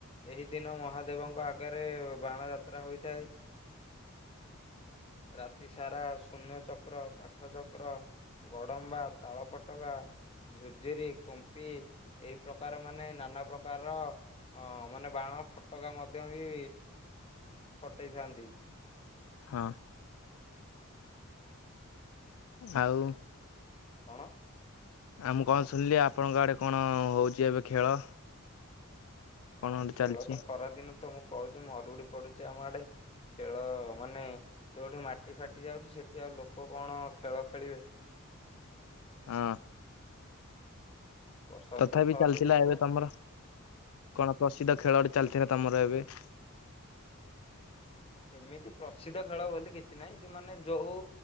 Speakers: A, on the left; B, on the left.
A: ଏହି ଦିନ ମହାଦେବଙ୍କ ଆଗରେ ବାଣ ଯାତ୍ରା ହୋଇଥାଏ। ରାତି ସାରା ଶୂନ୍ୟ ଚକ୍ର କାଠ ଚକ୍ର ଗଡମ୍ବା ତାଳ ଫଟକା ଝୁର୍ଝୁରି କୁମ୍ପି ଏଇ ପ୍ରକାର ମାନେ ନା ନାନା ପ୍ରକାରର ଅ ମାନେ ବାଣ ଫୋଟକା ମଧ୍ୟ ବି ଫଟେଇଥାନ୍ତି।
B: ହଁ। ଆଉ
A: କଣ?
B: ଆଉ ମୁଁ କଣ ଶୁଣିଲି ଆପଣଙ୍କ ଆଡେ କଣ ହଉଚି ଏବେ ଖେଳ। କଣ
A: ଆ
B: ଗୋଟେ
A: ଏଇ ଖେଳ
B: ଚାଲିଛି
A: ତ ଖରା ଦିନ ତ ମୁଁ କହୁଚି ମରୁଡି ପଡୁଚି ଆମ ଆଡେ। ଖେଳ ମାନେ ଯେଉଁଠି ମାଟି ଫାଟି ଯାଉଛି ସେଇଠି ଆଉ ଲୋକ କଣ ଖେଳ ଖେଳିବେ?
B: ଅଁ।
A: ବର୍ଷର
B: ତଥାପି
A: ତ ଛଅଟି
B: ଚାଲିଥିଲା
A: ଋତୁ
B: ଏବେ ତମର କଣ ପ୍ରସିଦ୍ଧ ଖେଳ ଗୋଟେ ଚାଲିଥିଲା ତମର ଏବେ।
A: ଏମିତି ପ୍ରସିଦ୍ଧ ଖେଳ ବୋଲି କିଛି ନାହିଁ। ଯୋଉମାନେ ଯୋଉ